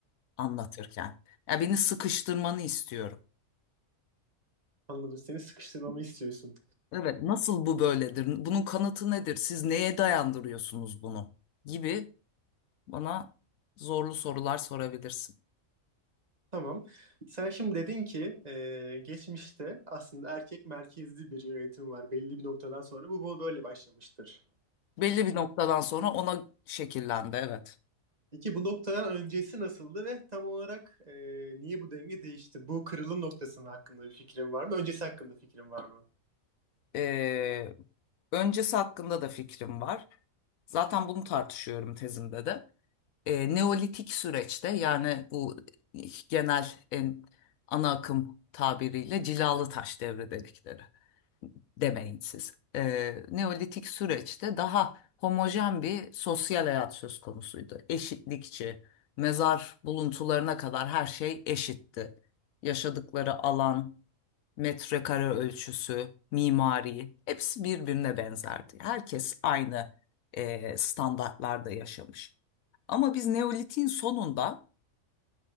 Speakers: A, on the left; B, on the right.
A: anlatırken. Ya beni sıkıştırmanı istiyorum.
B: Anladım. Seni sıkıştırmamı istiyorsun.
A: Evet, nasıl bu böyledir? Bunun kanıtı nedir? Siz neye dayandırıyorsunuz bunu? gibi Bana zorlu sorular sorabilirsin.
B: Tamam. Sen şimdi dedin ki e, geçmişte aslında erkek merkezli bir yönetim var. Belli bir noktadan sonra bu, bu böyle başlamıştır.
A: Belli bir noktadan sonra ona şekillendi, evet.
B: Peki bu noktadan öncesi nasıldı ve tam olarak e, niye bu denge değişti? Bu kırılım noktasının hakkında bir fikrin var mı? Öncesi hakkında fikrin var mı?
A: Ee, öncesi hakkında da fikrim var. Zaten bunu tartışıyorum tezimde de. Ee, Neolitik süreçte yani bu genel en ana akım tabiriyle cilalı taş devri dedikleri. demeyin siz. Ee, Neolitik süreçte daha homojen bir sosyal hayat söz konusuydu. Eşitlikçi, mezar buluntularına kadar her şey eşitti. Yaşadıkları alan, metrekare ölçüsü, mimari hepsi birbirine benzerdi. Herkes aynı e, standartlarda yaşamış. Ama biz Neolitik'in sonunda